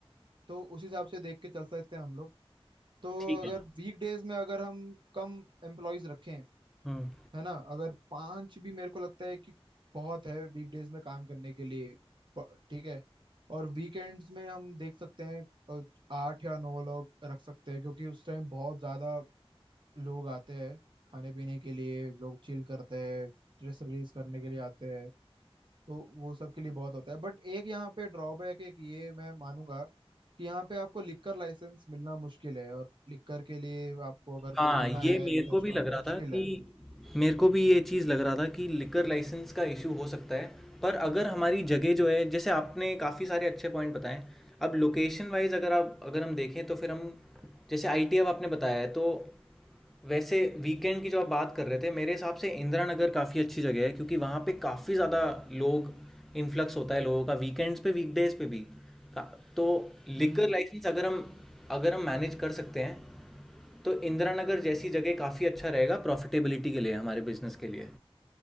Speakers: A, on the right; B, in the centre.
A: तो उस हिसाब से देख के चल सकते हैं हम लोग तो
B: ठीक
A: अगर
B: है
A: वीक डेज में अगर हम कम एम्प्लॉयज रखें
B: हम्म
A: है ना अगर पांच भी मेरे को लगता है कि बहुत है वीकडेज में काम करने के लिए प- ठीक है और वीकेंड्स में हम देख सकते हैं अ, आठ या नौ लोग रख सकते हैं क्योंकि उस टाइम बहुत ज्यादा लोग आते हैं खाने पीने के लिए लोग चिल करते हैं स्ट्रेस रिलीज करने के लिए आते हैं तो वो सब के लिए बहुत होता है बट एक यहाँ पे ड्रॉबैक है कि ये मैं मानूंगा कि यहाँ पे आपको लिक्कर लाइसेंस मिलना मुश्किल है और लिक्कर के लिए आपको अगर
B: हाँ
A: खोलना
B: ये
A: है
B: मेरे
A: रेस्टोरेंट
B: को भी लग रहा
A: मुश्किल
B: था कि
A: है
B: मेरे को भी ये चीज़ लग रहा था कि लिकर लाइसेंस का इशू हो सकता है पर अगर हमारी जगह जो है जैसे आपने काफ़ी सारे अच्छे पॉइंट बताए अब लोकेशन वाइज अगर आप अगर हम देखें तो फिर हम जैसे आईटी अब आपने बताया है तो वैसे वीकेंड की जो आप बात कर रहे थे मेरे हिसाब से इंदिरा नगर काफ़ी अच्छी जगह है क्योंकि वहाँ पे काफ़ी ज़्यादा लोग इन्फ्लक्स होता है लोगों का वीकेंड्स पे वीकडेज पे भी का- तो लिकर
A: हम्म
B: लाइसेंस अगर हम अगर हम मैनेज कर सकते हैं तो इंदिरा नगर जैसी जगह काफ़ी अच्छा रहेगा प्रॉफिटेबिलिटी के लिए हमारे बिजनेस के लिए